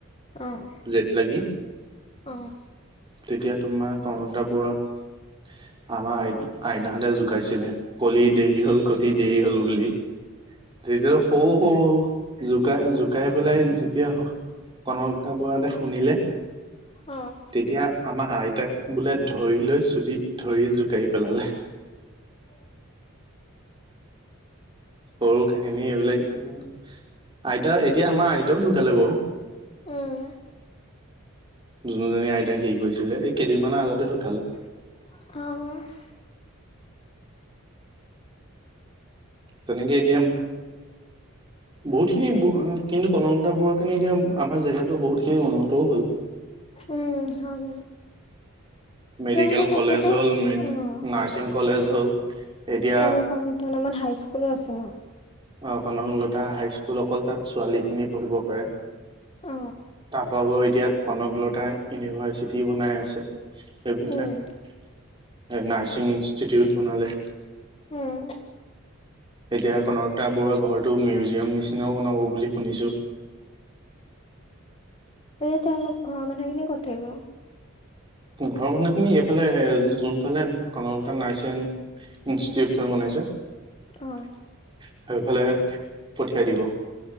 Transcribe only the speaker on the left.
অহ
অহ।
অ'।
উম।
অ'।
উম হয় হয়।
তোমালোকৰ তাতেতো,
অ'।
আৰু কনকলতাৰ নামত হাইস্কুলো আছে ন?
অ
উম
উম
তেতিয়া তেওঁলোক ঘৰৰ মানুহখিনি ক'ত থাকিব?
অ